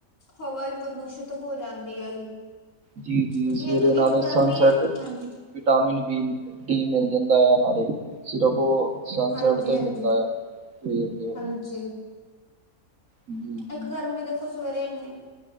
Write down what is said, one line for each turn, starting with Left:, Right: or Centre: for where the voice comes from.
Left: ਹਵਾ ਹੀ ਪ੍ਰਦੂਸ਼ਿਤ ਹੋ ਜਾਂਦੀ ਹੈਗੀ।
Right: ਜੀ-ਜੀ
Left: ਕਿਉਂਕਿ
Right: ਸਵੇਰੇ
Left: ਇੱਕ
Right: ਨਾਲੇ
Left: ਇੱਕ ਗਰਮੀ
Right: ਸਨਸੈੱਟ
Left: ਹੈ ਹਾਂਜੀ
Right: ਵਿਟਾਮਿਨ ਬੀ ਡੀ ਮਿਲ ਜਾਂਦਾ ਹੈ <unintelligible> ਸਿਰਫ ਓਹ ਸਨਸੈਟ
Left: ਹਾਂਜੀ
Right: ਤੋਂ
Left: ਹਾਂਜੀ
Right: ਹੀ, ਮਿਲਦਾ ਆ। ਵੇਰ ਦਿਓ।
Left: ਹਾਂਜੀ
Right: ਹੂੰ-ਹੂੰ।
Left: ਇੱਕ ਗਰਮੀ ਦੇਖੋ ਸਵੇਰੇ ਇਨੀ,